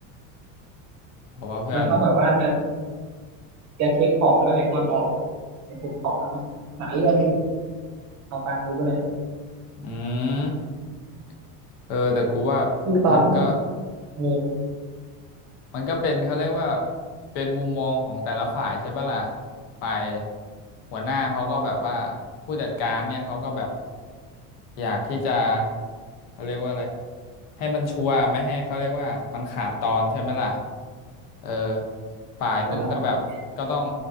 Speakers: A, on the left (about 55°); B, on the right (about 40°).
A: เพราะว่าเพื่อน
B: แล้วเขาแบบว่าจะจะเช็คของแล้วแหละก่อนออกจะเช็คของหลายเรื่องเอาฟังรู้ไปเลย
A: อืมเออแต่กูว่า
B: คือตอนที่
A: มันก็
B: เออ
A: มันก็เป็นเขาเรียกว่าเป็นมุมมองของแต่ละฝ่ายใช่ปะล่ะฝ่ายหัวหน้าเขาก็แบบว่าผู้จัดการเนี่ยเขาก็แบบอยากที่จะเขาเรียกว่าอะไรให้มันชัวร์ไม่ให้เขาเรียกว่ามันขาดตอนใช่ไหมล่ะเออฝ่ายมึงก็แบบก็ต้อง
B: นะครับ